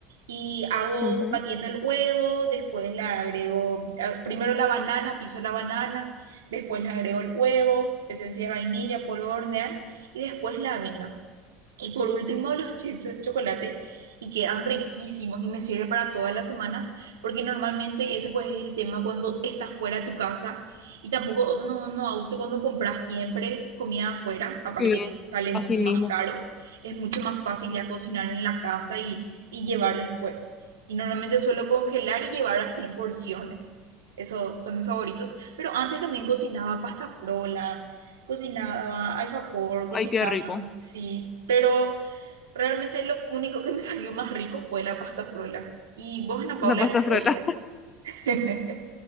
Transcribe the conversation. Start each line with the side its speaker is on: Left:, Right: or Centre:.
Right: y hago
Left: Ujú.
Right: batiendo el huevo, después le agrego, eh, primero la banana, piso la banana, después le agrego el huevo, esencia de vainilla, polvo de hornear y después la avena. Y por último, los chips de chocolate y quedan riquísimos y me sirve para toda la semana, porque normalmente ese pues es el tema cuando estás fuera de tu casa y tampoco no, no a gusto cuando compras siempre comida afuera, aparte
Left: Sí,
Right: que sale mucho
Left: así mismo.
Right: más caro, es mucho más fácil ya cocinar en la casa y, y llevar después. Y normalmente suelo congelar y llevar así en porciones. Esos son mis favoritos, pero antes también cocinaba pasta frola, cocinaba alfajor, cocinaba
Left: Ay, qué rico.
Right: Sí, pero realmente lo único que me <laughs> salió más rico fue la pasta frola. ¿Y vos, Ana
Left: La
Right: Paula,
Left: pasta
Right: los
Left: frola.
Right: postres? <laughs>